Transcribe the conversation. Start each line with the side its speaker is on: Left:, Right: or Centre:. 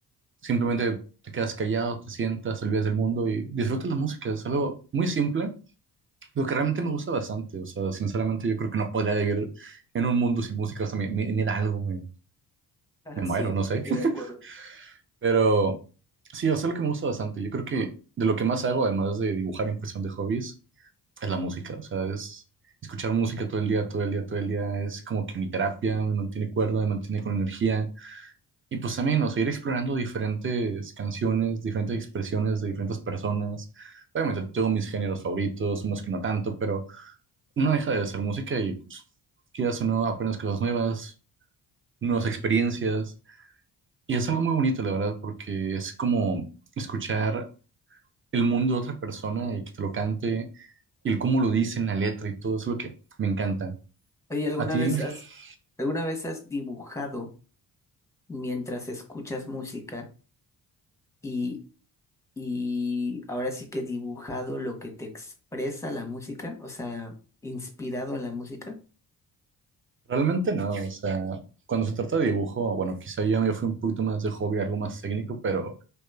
Right: simplemente te quedas callado, te sientas, te olvidas del mundo y disfrutas la música, es algo muy simple Lo que realmente me gusta bastante, o sea, sinceramente yo creo que no podría vivir en un mundo sin música, o sea, me, me- me da algo, me,
Centre: <laughs>
Right: me muero,
Centre: Sí,
Right: no sé.
Centre: estoy
Right: <laughs>
Centre: de acuerdo.
Right: Pero sí, o sea, lo que me gusta bastante, yo creo que de lo que más hago, además de dibujar en cuestión de hobbies, es la música, o sea, es escuchar música todo el día, todo el día, todo el día, es como que mi terapia me mantiene cuerdo, me mantiene con energía. Y pues también, o sea, ir explorando diferentes canciones, diferentes expresiones de diferentes personas. Obviamente tengo mis géneros favoritos, unos que no tanto, pero no deja de ser música y pues quieras o no, aprendes cosas nuevas, nuevas experiencias. Y es algo muy bonito, la verdad, porque es como escuchar el mundo de otra persona y que te lo cante y el cómo lo dice en la letra y todo eso es lo que me encanta.
Centre: Oye, ¿alguna
Right: A ti,
Centre: vez
Right: <laughs>
Centre: has, alguna vez has dibujado? mientras escuchas música y, y ahora sí que dibujado lo que te expresa la música, o sea, inspirado en la música.
Right: realmente no, o sea, cuando se trata de dibujo, bueno, quizá ya me fui un poquito más de hobby, algo más técnico, pero